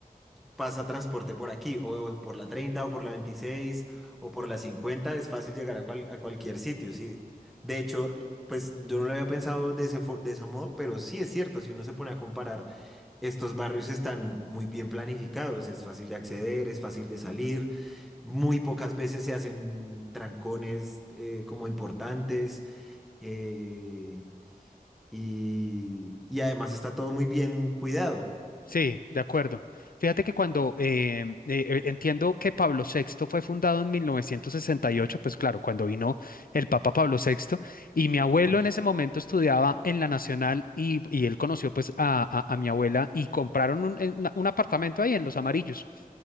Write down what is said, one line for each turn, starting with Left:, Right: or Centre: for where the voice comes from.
Centre: pasa transporte por aquí, o por la 30 o por la 26 o por la cincuenta es fácil llegar a, cual- a cualquier sitio, ¿sí? De hecho, pues yo no lo había pensado de ese, fo- de ese modo, pero sí es cierto, si uno se pone a comparar, estos barrios están muy bien planificados, es fácil de acceder, es fácil de salir, muy pocas veces se hacen trancones eh, como importantes. eh, y, y además está todo muy bien cuidado.
Left: Sí, de acuerdo. Fíjate que cuando eh, eh, eh, entiendo que Pablo VI fue fundado en 1968, pues claro, cuando vino el Papa Pablo VI, y mi abuelo
Centre: Ujú.
Left: en ese momento estudiaba en la Nacional y, y él conoció pues a, a- a mi abuela y compraron un, en una- un apartamento ahí en Los Amarillos.